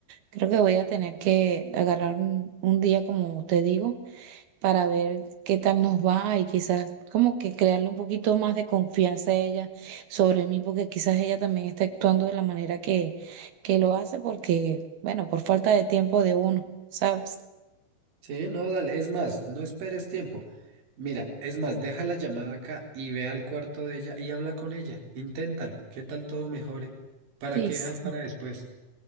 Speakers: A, on the right; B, on the right.
A: Creo que voy a tener que agarrar un, un día, como te digo, para ver qué tal nos va y quizás como que crearle un poquito más de confianza a ella sobre mí, porque quizás ella también está actuando de la manera que, que lo hace, porque, bueno, por falta de tiempo de uno, ¿sabes?
B: Sí, no, dale. Es más, no esperes tiempo. Mira, es más, deja la llamada acá y ve al cuarto de ella y habla con ella. Inténtalo. ¿Qué tal todo mejore? ¿Para
A: Sí,
B: qué
A: sí.
B: dejar para después?